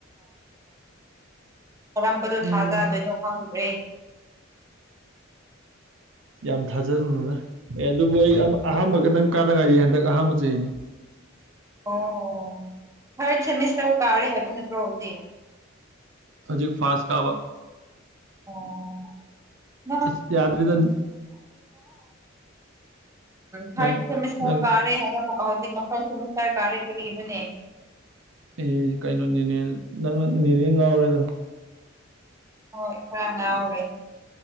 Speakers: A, on the right; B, on the right.
A: ꯀꯔꯝꯕꯗꯣ ꯊꯥꯖꯗꯣꯏꯅꯣ
B: ꯎꯝ
A: ꯈꯪꯗ꯭ꯔꯦ
B: ꯌꯥꯝ ꯊꯥꯖꯔꯨꯅꯨꯅ ꯑꯦ ꯑꯗꯨꯕꯨ ꯑꯩ ꯑꯍꯥꯥꯟꯕ ꯈꯤꯇꯪ ꯀꯥꯗ ꯉꯥꯏꯔꯤ ꯍꯟꯗꯛ ꯑꯍꯥꯟꯕ ꯆꯍꯤꯅꯤ
A: ꯑꯣ ꯊꯥꯔꯠ ꯁꯦꯃꯤꯁꯇꯔ ꯀꯥꯔꯦ ꯍꯥꯏꯕ ꯅꯠꯇ꯭ꯔꯣ ꯍꯧꯖꯤꯛ
B: ꯍꯧꯖꯤꯛ ꯐꯥꯁ ꯀꯥꯕ
A: ꯑꯣ <unintelligible>
B: ꯑꯁ ꯌꯥꯗ꯭ꯔꯦꯗ
A: ꯊꯥꯔꯠ
B: ꯅꯪ
A: ꯁꯦꯃꯤꯁꯇꯔ
B: ꯅꯪ
A: ꯀꯥꯔꯦ ꯍꯥꯏꯌꯦ ꯑꯃꯨꯀ ꯍꯧꯖꯤꯛꯅ ꯐꯔꯁ ꯁꯦꯃꯤꯁꯇꯔ ꯀꯥꯔꯦ ꯀꯔꯤꯅꯣꯅꯦ
B: ꯑꯦ ꯀꯩꯅꯣ ꯅꯦꯅꯦ ꯅꯪ ꯅꯦꯅꯦ ꯉꯥꯎꯔꯦꯗ
A: ꯍꯣꯏ ꯈꯔ ꯉꯥꯎꯔꯦ